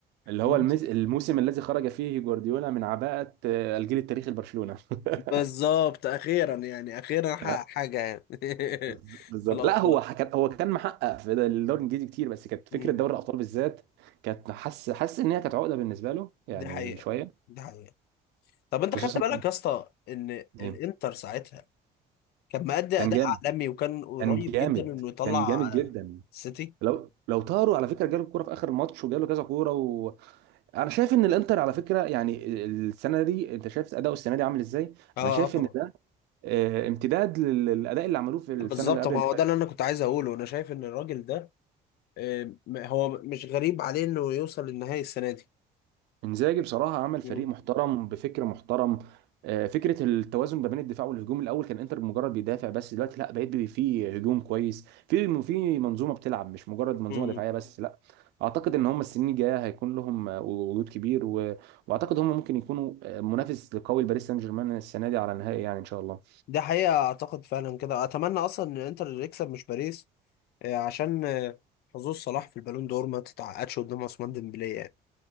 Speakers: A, on the right; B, on the left.
A: اللي هو
B: الموسم-
A: المز... الموسم الذي خرج فيه جوارديولا من عباءة آه، الجيل التاريخي لبرشلونة
B: بالظبط
A: <laughs>
B: اخيرا يعني اخيرا حقق
A: آه،
B: حاجة يعني <laughs>
A: بز- بالظبط
B: في الابطال
A: لا هو كان هو كان محقق في ده- الدوري الانجليزي كتير بس كانت فكره
B: امم
A: دوري الابطال بالذات كانت حس حس ان هي كانت عقده بالنسبه له يعني
B: دي حقيقة
A: شويه
B: دي حقيقة طب انت
A: خصوصا
B: خدت بالك يا اسطى ان
A: جامد.
B: الانتر ساعتها كان مأدي
A: كان
B: أداء
A: جامد
B: عالمي وكان قريب
A: كان جامد
B: جدا إنه يطلع
A: كان جامد جدا
B: السيتي
A: لو لو طاروا على فكره جاله الكوره في اخر الماتش وجاله كذا كوره انا شايف ان الانتر على فكره يعني السنه دي انت شايف اداؤه السنه دي عامل ازاي
B: اه
A: انا شايف
B: اه طبعا
A: ان ده آه، امتداد لل- للاداء اللي عملوه في السنه
B: بالظبط
A: اللي قبل
B: ما
A: اللي
B: هو
A: فاتت
B: ده اللي أنا كنت عايز أقوله أنا شايف إن الراجل ده آه، م- هو مش غريب عليه إنه يوصل للنهائي السنة دي
A: انزاجي بصراحه عمل فريق
B: مم.
A: محترم بفكر محترم آه، فكره التوازن ما بين الدفاع والهجوم الاول كان انتر مجرد بيدافع بس دلوقتي لا بقيت بي- في هجوم كويس في في منظومه بتلعب مش مجرد منظومه
B: مم.
A: دفاعيه بس لا اعتقد ان هم السنين الجايه هيكون لهم آه، وجود كبير و... واعتقد هم ممكن يكونوا آه، منافس قوي لباريس سان جيرمان السنه دي على نهائي يعني ان شاء الله
B: ده حقيقة أعتقد فعلا كده أتمنى أصلا إن إنتر يكسب مش باريس آه، عشان آه، حظوظ صلاح في البالون دور ما تتعقدش قدام عثمان ديمبلي يعني